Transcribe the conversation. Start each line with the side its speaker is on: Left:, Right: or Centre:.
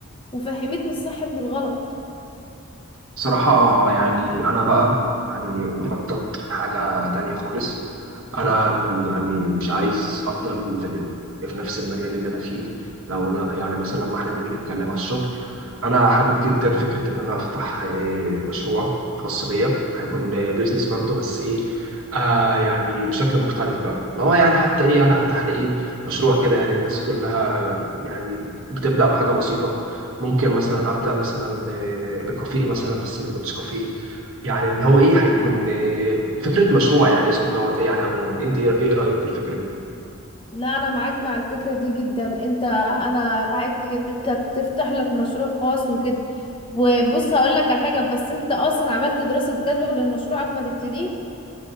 Left: وفهمتني الصح من الغلط
Right: بصراحة يعني أنا بقى يعني مخطط لحاجة تانية خالص أنا يعني مش عايز أفضل في نفس المجال اللي أنا فيه لو أنا يعني مثلا لما إحنا نيجي نتكلم على الشغل أنا حابب جدا فكرة إن أنا أفتح آه، مشروع خاص بيا هيكون بيزنس برضه بس إيه آه يعني بشكل مختلف بقى لو يعني حتى إيه يعني هفتح لي إيه مشروع كده يعني الناس كلها يعني بتبدأ بحاجة بسيطة ممكن مثلا ابدا مثلا آه، بكافيه مثلا بس ما يكونش كافيه يعني اللي هو ايه هيكون آه، فكره مشروع يعني اسمه دوت ايه يعني عموما انت ايه إيه رايك في الفكره دي
Left: لا انا معاك مع الفكرة دي جدا انت انا معاك ان انت تفتح لك مشروع خاص وكده وبص هقول لك على حاجة بس انت اصلا عملت دراسة جدوى للمشروع قبل ما تبتديه